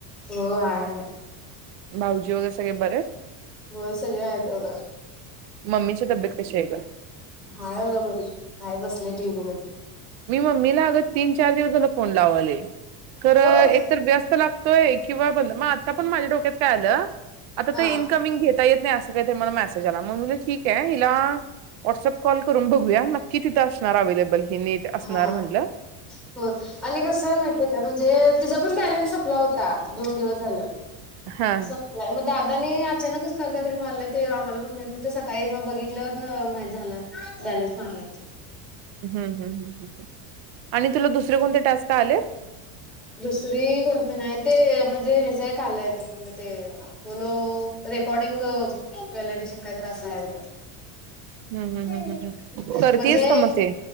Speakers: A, in the centre; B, on the right.
A: हो आहेय
B: भाऊजी वगैरे सगळे बरे
A: होय सगळे आहेत दोघं
B: मम्मीच्या तब्येत कशी आहे ग
A: हाय उग बरी. हाय बसले टीव्ही बघत
B: मी मम्मीला आगत तीन चार दिवस झाला फोन लावाले खरं
A: होय
B: एक तर व्यस्त लाग तोय किंवा बंद मग आता पण माझ्या डोक्यात काय आलं आता
A: हा
B: ते इनकमिंग घेता येत नाही आस मं मला मेसेज आला मग मी म्हटलं ठीक हें हिला व्हाट्सअप कॉल करून बघूया नकी तिथं <unintelligible> अवेलेबल नीट असणार
A: हा
B: म्हटल
A: हो आणि कसं माहिती का म्हणजे तिचा पण बॅलन्स संपला होता दोन दिवस झालं
B: हा
A: संपलाय मग दादा दादाने आणि अचानकच काल रात्री मारला ते आम्हाला पण माहित नव्हतं सकाळी म बघितलं माहित झालं. बॅलेन्स मारला
B: हम्म हम्म आणि तुला दुसरे कोणते टास्क आले?
A: दुसरी कोणत नाही ते म्हणजे हेजा एक आलंय ते आपलो ते रेकॉर्डिंग व्हलडिशन काहीतरी असं आहे बघा
B: हम्म हम्म
A: ते
B: हम्म हम्म करतेयस
A: म्हणजे,
B: का मग ते